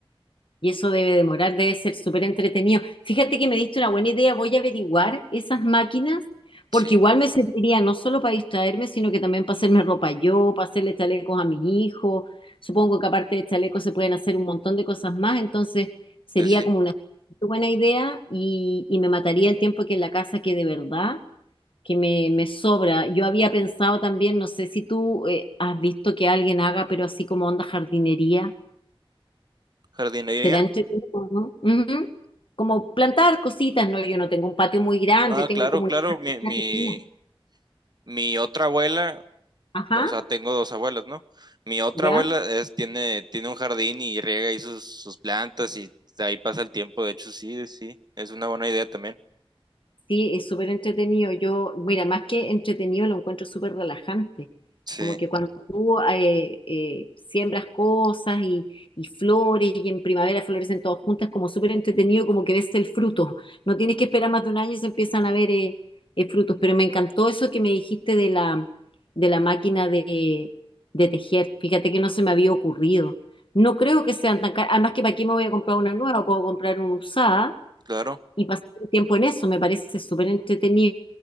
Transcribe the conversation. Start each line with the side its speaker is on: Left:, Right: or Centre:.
Left: Y eso debe demorar, debe ser súper entretenido. Fíjate que me diste una buena idea, voy a averiguar esas máquinas, porque
Right: Sí,
Left: igual me serviría no solo para distraerme, sino que también para hacerme ropa yo, para hacerle chalecos a mis hijos. Supongo que aparte de chalecos se pueden hacer un montón de cosas más, entonces sería
Right: sí, sí.
Left: como una buena idea y, y me mataría el tiempo que en la casa que de verdad que me, me sobra. Yo había pensado también, no sé si tú eh, has visto que alguien haga, pero así como onda jardinería
Right: Jardinería.
Left: Será entretenido, ¿no? Ujú. Como plantar cositas, ¿no? Yo no tengo un patio muy grande,
Right: Ah,
Left: tengo
Right: claro,
Left: como una
Right: claro, mi, mi,
Left: pequeña.
Right: mi otra abuela,
Left: Ajá,
Right: o sea, tengo dos abuelas, ¿no? Mi otra
Left: ¿ya?
Right: abuela es, tiene, tiene un jardín y riega ahí sus, sus plantas y ahí pasa el tiempo. De hecho, sí, sí, es una buena idea también.
Left: Sí, es súper entretenido. Yo, mira, más que entretenido, lo encuentro súper relajante.
Right: Sí,
Left: Como que cuando tú eh, eh, siembras cosas y, y flores y en primavera florecen todas juntas, como súper entretenido, como que ves el fruto. No tienes que esperar más de un año y se empiezan a ver eh, eh, frutos. Pero me encantó eso que me dijiste de la, de la máquina de, de tejer. Fíjate que no se me había ocurrido. No creo que sean tan caras. Además que para aquí me voy a comprar una nueva, puedo comprar una usada
Right: claro.
Left: y pasar el tiempo en eso, me parece súper entretenido.